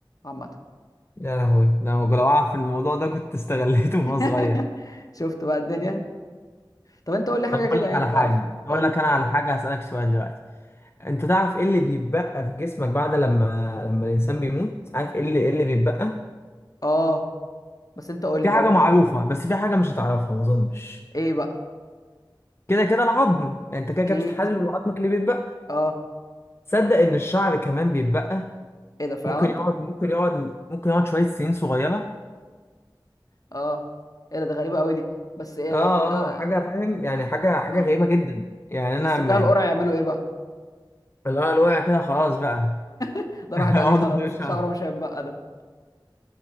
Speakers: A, on the left; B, on the left.
A: عامه
B: يا لهوي ده أنا لو اعرف الموضوع ده كنت استغليته من
A: <laughs>
B: وانا صغير
A: شفت بقى الدنيا طب انت قول لي حاجه
B: طب اقول
A: كده
B: لك
A: يعني
B: على
A: تعرفها
B: حاجه اقول
A: قول لي
B: لك انا على حاجه هسالك سؤال دلوقتي انت تعرف ايه اللي بيتبقى في جسمك بعد لما لما الانسان بيموت عارف ايه اللي ايه اللي بيتبقى
A: اه بس انت قول
B: في
A: لي
B: حاجه
A: برضه
B: معروفه بس في حاجه مش هتعرفها ما اظنش
A: ايه بقى
B: كده كده العظم يعني انت كده
A: اكيد
B: كده بتتحلل العظمك اللي بيتبقى
A: اه
B: صدق ان الشعر كمان بيتبقى
A: ايه ده فعلا
B: ممكن يقعد ممكن يقعد ممكن يقعد شويه سنين صغيره
A: اه ايه ده ده غريبه قوي دي بس ايه
B: اه
A: ده ده كده
B: اه حاجه فاهم يعني حاجه حاجه
A: اه
B: غريبه جدا يعني
A: بس
B: انا لما
A: كده القرع
B: يعني
A: يعملوا ايه بقى
B: اللي هو الوقع كده خلاص بقى
A: <laughs> ده
B: <laughs>
A: راحت
B: اقعد
A: عليه خلاص
B: مش
A: شعره
B: عارف.
A: مش هيتبقى ده